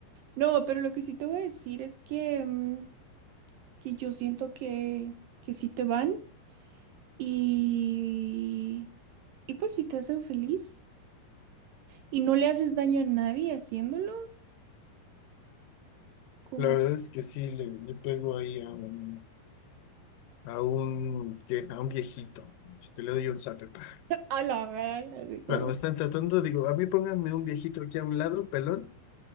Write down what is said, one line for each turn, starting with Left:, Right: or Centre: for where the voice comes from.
Right: No, pero lo que sí te voy a decir es que, mm, que yo siento que, que sí te van y, y pues si te hacen feliz y no le haces daño a nadie haciéndolo, como
Left: La verdad es que sí, le, le pego ahí a un, a un, ¿qué? a un viejito. Este, le doy un zape, pa.
Right: a la gran, así como,
Left: Cuando me están tratando, digo, a mí pónganme un viejito aquí a un lado, pelón,